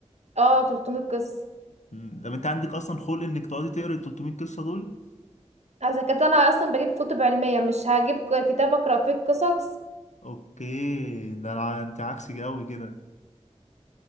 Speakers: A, on the right; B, on the left.
A: اه 300 قصه
B: مم. طب انت عندك اصلا خلق انك تقعدي تقري ال 300 قصه دول
A: اذا كنت انا اصلا بجيب كتب علميه مش هجيب ك- كتاب اقرا فيه القصص
B: اوكي ده الع- انت عكسي قوي كده